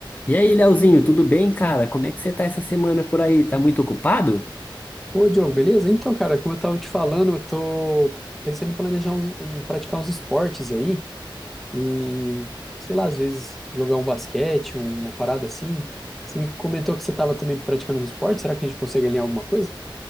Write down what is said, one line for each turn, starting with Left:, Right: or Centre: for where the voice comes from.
Left: E aí, Leozinho, tudo bem, cara? Como é que você tá essa semana por aí? Tá muito ocupado?
Centre: Ô, Diogo, beleza? Então, cara, como eu tava te falando, eu tô pensando em planejar uns, em praticar uns esportes aí e, sei lá, às vezes jogar um basquete, uma parada assim. Você me comentou que você tava também praticando uns esportes, será que a gente consegue alinhar alguma coisa?